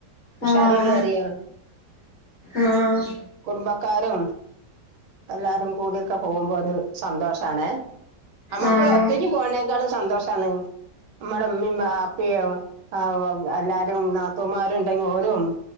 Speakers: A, on the right; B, on the left.
A: ഉഷാറള്ളറിയ
B: ആഹ് ആഹ്
A: കുടുംബക്കാരും എല്ലാരും കൂടിക്കെ പോകുമ്പോ ഒരു സന്തോഷാണ് നമ്മുക്ക്
B: ആഹ്
A: ഒറ്റയ്ക്ക് പോകണേക്കാളും സന്തോഷണ് മ്മട ഇമ്മേ വാപ്പിം എല്ലാരും നാത്തൂമാരുണ്ടെങ്കി ഓരും-